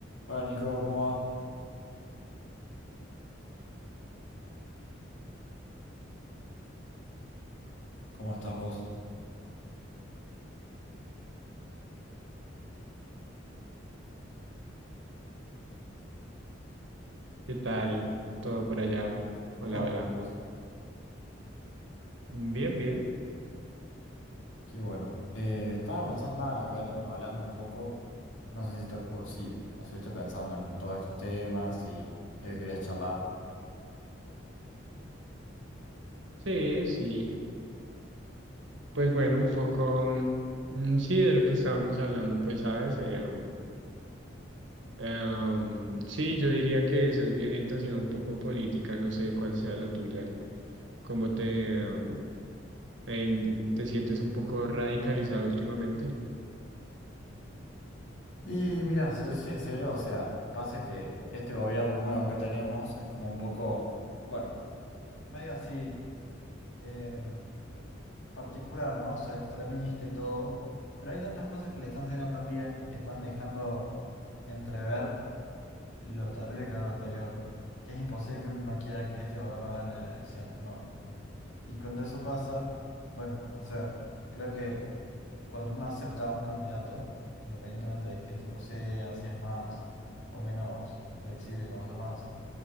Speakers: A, on the left; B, on the right.
A: Hola Nico, ¿cómo va? ¿Cómo estás vos?
B: ¿Qué tal? ¿Todo por allá? Hola,
A: ¿Todo
B: hola.
A: bien y vos?
B: Bien, bien.
A: Qué bueno. Eh, estaba pensando nada en lo que veníamos hablando un poco. No sé si te ocurrió, si estuviste pensando en todos estos temas y de qué querías charlar.
B: Sí, sí. Pues bueno, un poco, mm, sí, de lo que estábamos hablando, pues sabes, Eh, em, sí, yo diría que esa es mi orientación un poco política, no sé cuál sea la tuya, cómo te, em, en- te sientes un poco radicalizado últimamente.
A: Y mira, si te soy sincero, o sea, pasa que este gobierno nuevo que tenemos es como un poco, bueno, medio así eh, particular, ¿no? O sea, extremista y todo. Pero hay tantas cosas que le están saliendo tan bien y que están dejando entrever. lo terrible que era lo anterior, que es imposible que uno no quiera que este gobierno gane la elección, no. Y cuando eso pasa, bueno, o sea, creo que cuando uno acepta a un candidato, independientemente de qué tipo sea, si es más o menos flexible con los demás,